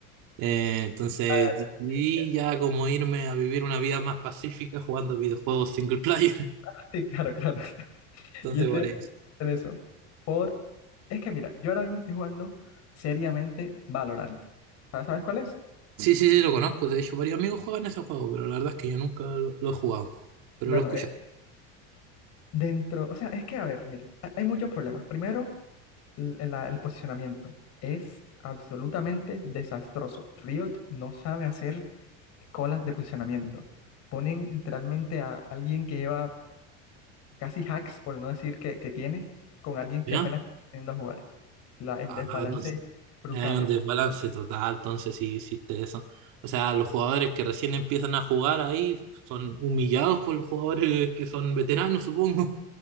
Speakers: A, on the right (about 60°); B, on the left (about 45°).
A: Eh, entonces
B: Ah,
A: decidí
B: sí, sí,
A: ya como irme a vivir una vida más pacífica jugando videojuegos single player. <laughs>
B: <laughs> sí, claro, claro. <laughs>
A: Entonces
B: Yo estoy
A: por eso.
B: en eso. por Es que mira, yo ahora mismo estoy jugando seriamente Valorant. ¿Sabes, sabes cuál es?
A: Sí, sí, sí, lo conozco. De hecho, varios amigos juegan ese juego, pero la verdad es que yo nunca lo, lo he jugado. Pero
B: Bueno,
A: lo he escuchado.
B: eh, dentro, o sea, es que a ver, mira, ha- hay muchos problemas. Primero, l- la- el, posicionamiento es absolutamente desastroso. Riot no sabe hacer colas de posicionamiento. Ponen literalmente a alguien que lleva casi hacks, por no decir que, que tiene, con alguien que
A: ¿Ya?
B: apenas está aprendiendo a jugar. La, el
A: Ah,
B: desbalance
A: no sé.
B: es brutal.
A: Hay un
B: eh.
A: desbalance total, entonces sí existe eso. O sea, los jugadores que recién empiezan a jugar ahí son humillados por los jugadores que son veteranos, supongo.